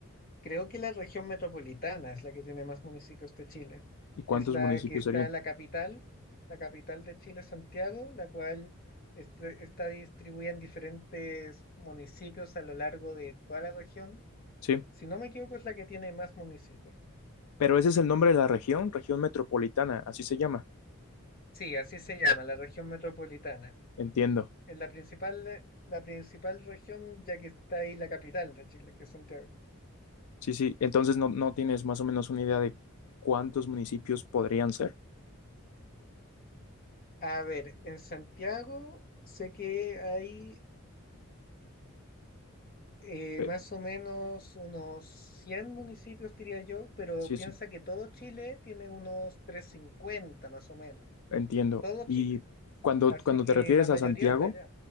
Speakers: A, on the left; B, on the left.
A: Creo que la región metropolitana es la que tiene más municipios de Chile.
B: ¿Y cuántos
A: Es la
B: municipios
A: que está
B: serían?
A: en la capital, la capital de Chile, Santiago, la cual este- está distribuida en diferentes municipios a lo largo de toda la región.
B: Sí,
A: Si no me equivoco, es la que tiene más municipios.
B: pero ese es el nombre de la región, región metropolitana, así se llama,
A: Sí, así se llama, la región metropolitana.
B: entiendo.
A: Es la principal, la principal región, ya que está ahí la capital de Chile, que es Santiago.
B: Sí, sí. Entonces no, no tienes más o menos una idea de cuántos municipios podrían ser.
A: A ver, en Santiago sé que hay Eh,
B: Eh,
A: más o menos unos 100 municipios, diría yo, pero
B: Sí,
A: piensa
B: sí,
A: que todo Chile tiene unos 350, más o menos.
B: entiendo.
A: Todo
B: Y
A: Chile.
B: cuando,
A: Así
B: cuando
A: que
B: te refieres
A: la mayoría
B: a Santiago,
A: está allá.